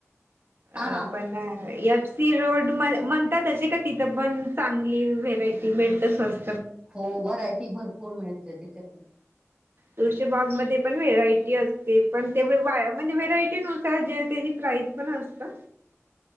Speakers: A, on the right; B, on the right.
A: हा
B: आ
A: हा
B: पण ना. एफ सी रोड म-म्हणता तशी का तिथं, पण चांगली व्हेरायटी भेळते स्वस
A: हो व्हरायटी भरपूर मिळते, तिथे पण.
B: तुळशीबागमध्ये पण व्हेरायटी असते, पण तेव वाया म्हणजे व्हेरायटी नुसार जे त्याची प्राईज. पण असता.